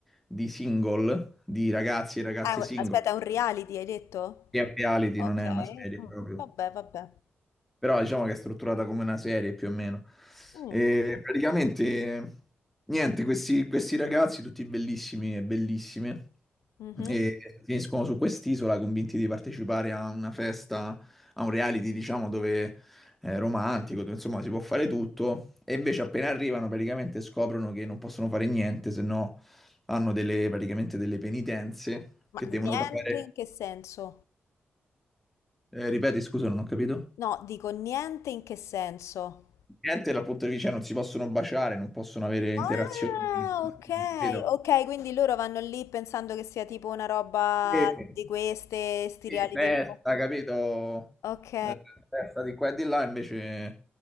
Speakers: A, in the centre; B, on the left.
A: di single, di ragazzi e ragazze
B: Ah, è un-
A: single.
B: aspetta, è un reality, hai detto?
A: Che È un reality,
B: Ok,
A: non è una serie proprio.
B: mm, vabbè, vabbè.
A: Però diciamo che è strutturata come una serie più o meno.
B: Mm,
A: E praticamente, niente, questi, questi ragazzi, tutti bellissimi e bellissime,
B: mhm.
A: e finiscono su quest'isola convinti di partecipare a una festa, a un reality, diciamo, dove è romantico, dove insomma si può fare tutto. E invece appena arrivano praticamente scoprono che non possono fare niente, se no hanno delle, praticamente delle penitenze
B: Ma
A: che devono
B: niente
A: pagare.
B: in che senso?
A: Eh, ripeti, scusa, non ho capito.
B: No, dico niente in che senso?
A: Niente dal punto di vista non si possono baciare, non possono avere interazioni.
B: Ah, ok,
A: Capito?
B: ok, quindi loro vanno lì pensando che sia tipo una roba
A: Sì.
B: di queste, sti
A: Sì,
B: reality
A: festa,
B: un po'.
A: capito?
B: Ok.
A: Eh, Festa di qua e di là, invece,